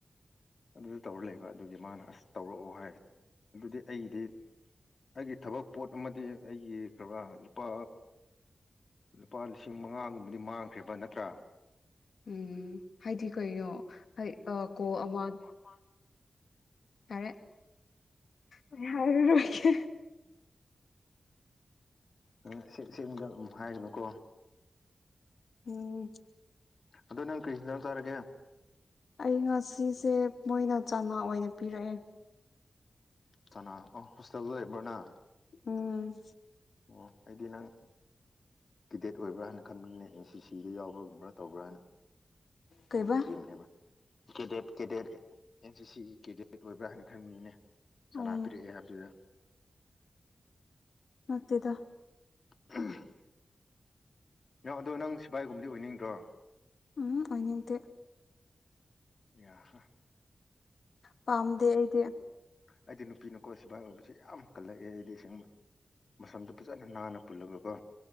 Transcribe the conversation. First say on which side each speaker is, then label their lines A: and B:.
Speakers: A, on the left (about 60°); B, on the left (about 80°).
A: ꯑꯗꯨꯗ ꯇꯧꯔ ꯂꯩꯕ ꯑꯗꯨꯒꯤ ꯃꯥꯅ ꯑꯁ ꯇꯧꯔꯛꯑꯣ ꯍꯥꯏ ꯑꯗꯨꯗꯤ ꯑꯩꯒꯤꯗꯤ ꯑꯩꯒꯤ ꯊꯕꯛ ꯄꯣꯠ ꯑꯃꯗꯤ ꯑꯩꯒꯤ ꯀ꯭ꯔꯥ ꯂꯨꯄꯥ ꯂꯨꯄꯥ ꯂꯤꯁꯤꯡ ꯃꯉꯥꯒꯨꯝꯕꯗꯤ ꯃꯥꯡꯈ꯭ꯔꯦꯕ ꯅꯠꯇ꯭ꯔꯥ
B: ꯎꯝ ꯍꯥꯏꯗꯤ ꯀꯩꯅꯣ ꯀꯣ ꯑꯃ
A: ꯍ
B: ꯌꯥꯔꯦ ꯑꯩ ꯍꯥꯏꯔꯨꯔꯣꯏꯒꯦ
A: ꯅꯡ ꯑꯁꯦꯟ ꯁꯦꯟꯕꯗꯣ ꯑꯗꯨꯝ ꯍꯥꯏꯒꯅꯨꯀꯣ
B: ꯎꯝ
A: ꯑꯗꫭ ꯅꯪ ꯀꯔꯤ ꯏꯟꯁꯥꯡ ꯆꯔꯒꯦ
B: ꯑꯩ ꯉꯁꯤꯁꯦ ꯃꯣꯏꯅ ꯆꯥꯅ ꯑꯣꯏꯅ ꯄꯤꯔꯛꯑꯦ
A: ꯆ ꯑꯣ ꯍꯣꯁꯇꯦꯜꯕꯣꯅ
B: ꯎꯝ
A: ꯑꯣ ꯑꯩꯗꯤ ꯅꯪ ꯀꯦꯗꯦꯠ ꯑꯣꯏꯕ꯭ꯔꯥ ꯍꯥꯏꯅ ꯈꯟꯕꯅꯦ ꯑꯦꯟ ꯁꯤ ꯁꯤꯗ ꯌꯥꯎꯕ꯭ꯔꯥꯒꯨꯝꯕ꯭ꯔꯥ ꯇꯧꯕ꯭ꯔꯥ ꯍꯥꯏꯅ
B: ꯀꯩꯕꯥ
A: ꯅꯣꯏ ꯀꯦꯝꯅꯦꯕ ꯀꯦꯗꯦꯠ ꯀꯦꯗꯦꯠ ꯑꯦꯟ ꯁꯤ ꯁꯤꯒꯤ ꯀꯦꯗꯦꯠ ꯑꯣꯏꯕ꯭ꯔꯥ ꯍꯥꯏꯅ ꯈꯟꯕꯅꯤꯅꯦ ꯁꯅꯥ
B: ꯎꯝ
A: ꯄꯤꯔꯛꯑꯦ ꯍꯥꯏꯕꯗꯨꯗ
B: ꯅꯠꯇꯦꯗ
A: ꯎꯝ ꯅ ꯑꯗꯣ ꯅꯪ ꯁꯤꯐꯏꯒꯨꯝꯕꯗꯤ ꯑꯣꯏꯅꯤꯡꯗ꯭ꯔꯣ
B: ꯎꯝ ꯍꯨꯝ ꯑꫭꯏꯅꯤꯡꯇꯦ
A: ꯌꯥꯍꯥ
B: ꯄꯥꯝꯗꯦ ꯑꯩꯗꯤ
A: ꯑꯩꯗꯤ ꯅꯨꯄꯤꯅꯀꯣ ꯁꯤꯕꯥꯥꯏ ꯑꯣꯏꯕꯁ ꯌꯥꯝ ꯀꯜꯂꯛꯑꯦ ꯑꯩꯗꯤ ꯏꯁꯦꯡꯕ ꯃꯁꯝꯗꫭ ꯐꯖꯅ ꯅꯥꯟꯅ ꯄꯨꯜꯂꯒꯀꯣ